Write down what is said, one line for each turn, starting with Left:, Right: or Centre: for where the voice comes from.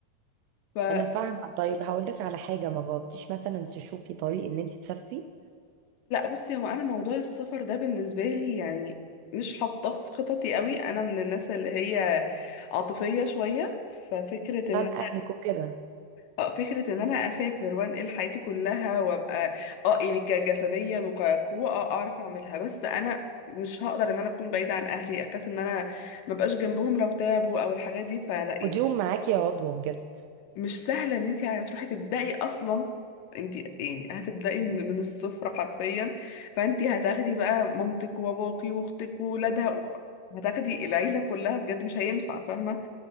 Left: فلا
Right: انا فاهمة طيب هقول لك على حاجة ما جربتيش مثلا تشوفي طريق ان انت تسافري
Left: بصي هو انا موضوع السفر ده بالنسبة لي يعني مش حاطاه في خططي قوي انا من الناس اللي هي عاطفية شوية ففكرة ان
Right: عشان اهلك وكده
Left: اه فكرة ان انا اسافر وانقل حياتي كلها وابقى اه يعني كجسديا وكقوة اه اعرف اعملها بس انا مش هقدر ان انا اكون بعيدة عن اهلي اخاف ان انا مبقاش جنبهم لو تعبوا او الحاجات دي فلا
Right: خدي
Left: يعني
Right: يوم معاكي يا رضوى بجد
Left: مش سهلة ان انت هتروحي تبدأي اصلا انت يعني هتبدأي من من الصفر حرفيا فانت هتاخدي بقى مامتك وباباكي واختك وولادها هتاخدي العيلة كلها بجد مش هينفع فاهمة